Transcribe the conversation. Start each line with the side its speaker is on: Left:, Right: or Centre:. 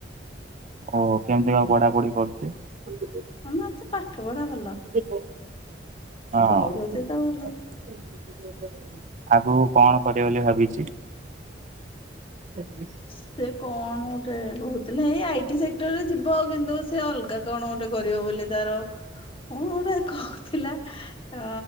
Right: ଓହୋ, କେମିତି କଣ ପଢାପଢି କରୁଚି?
Left: ହଁ ତା ପାଠ ପଢା ଭଲ
Right: ହଁ। ଆଗକୁ
Left: ପଢୁଛି ତ ଭଲ।
Right: କଣ କରିବ ବୋଲି ଭାବିଚି? <unintelligible>
Left: ସେ କଣ ଗୋଟେ କହୁ ତାହାଲେ ହେଇ ଆଇଟି ସେକ୍ଟର ରେ ଯିବ, କିନ୍ତୁ ସେ ଅଲଗା କଣ ଗୋଟେ କରିବ ବୋଲି ତାର କଣ ଗୋଟେ କହୁଥିଲା ଅ